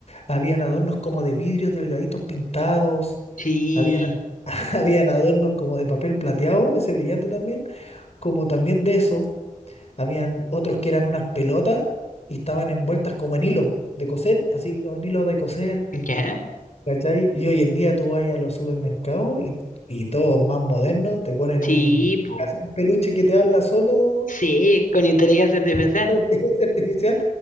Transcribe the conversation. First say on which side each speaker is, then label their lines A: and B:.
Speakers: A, on the left; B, on the left.
A: habían adornos como de vidrios delgaditos pintados,
B: Sí,
A: habían, <laughs> habían adornos como de papel plateado, ese brillante también, como también de eso, habían otros que eran unas pelotas y estaban envueltas como en hilo de coser, así como en hilo de coser,
B: ya.
A: ¿Cachai? Y hoy en día tú vas a los supermercados y, y todos más modernos te ponen
B: Sí,
A: un
B: po.
A: casi un peluche que te habla solo
B: Sí, con inteligencia artificial.
A: <laughs> de inteligencia artificial